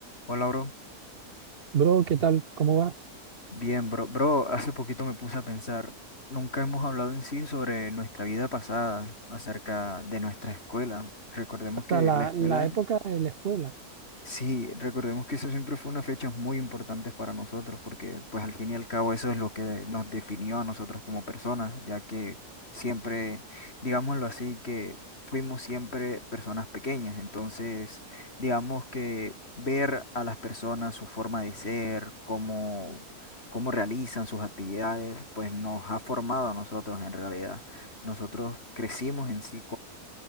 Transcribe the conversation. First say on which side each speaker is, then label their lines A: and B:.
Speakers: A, on the left; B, on the right.
A: Hola, bro.
B: Bro, ¿qué tal? ¿Cómo vas?
A: Bien, bro. Bro, <laughs> hace poquito me puse a pensar, nunca hemos hablado en sí sobre nuestra vida pasada, acerca de nuestra escuela. Recordemos
B: O
A: que
B: sea, la,
A: la escuela
B: la época de la escuela.
A: Sí, recordemos que eso siempre fue una fecha muy importante para nosotros, porque pues al fin y al cabo eso es lo que nos definió a nosotros como personas, ya que siempre, digámoslo así, que fuimos siempre personas pequeñas, entonces digamos que ver a las personas su forma de ser, cómo, cómo realizan sus actividades, pues nos ha formado a nosotros en realidad. Nosotros crecimos en sí